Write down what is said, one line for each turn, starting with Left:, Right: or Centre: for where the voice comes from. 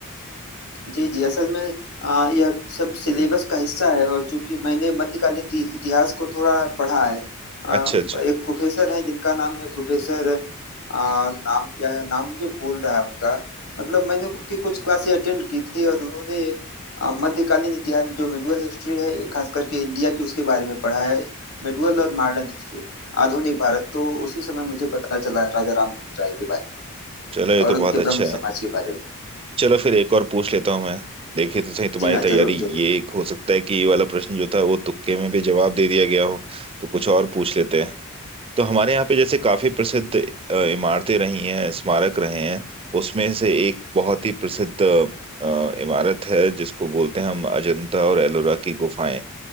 Left: जी जी असल में आ, यह सब सिलेबस का हिस्सा है और चूंकि मैंने मध्यकालीन इति- इतिहास को थोड़ा पढ़ा है आ,
Right: अच्छा अच्छा
Left: एक प्रोफेसर है जिनका नाम है प्रोफेसर आ, नाम क्या है नाम मुझे भूल रहा है उनका मतलब मैंने उनकी कुछ क्लासें अटेंड की थी और उन्होंने आ, मध्यकालीन इतिहास जो मेडुअल हिस्ट्री है खास करके इंडिया की उसके बारे में पढ़ा है मेडुअल और मॉडर्न हिस्ट्री आधुनिक भारत तो उसी समय मुझे पता चला राजा राम मोहन राय के बारे में
Right: चलो ये तो
Left: और उनके
Right: बहुत अच्छा
Left: ब्रह्म
Right: है
Left: समाज के बारे में
Right: चलो फिर एक और पूछ लेता हूँ मैं देखे तो सही तुम्हारी
Left: जी हाँ
Right: तैयारी
Left: जरूर जरूर
Right: ये एक हो सकता है कि ये वाला प्रश्न जो था वो तुक्के में भी जवाब दे दिया गया हो तो कुछ और पूछ लेते हैं तो हमारे यहाँ पे जैसे काफी प्रसिद्ध अ, इमारतें रही हैं स्मारक रहे हैं उसमें से एक बहुत ही प्रसिद्ध अ, इमारत है जिसको बोलते हैं हम अजंता और एलोरा की गुफाएं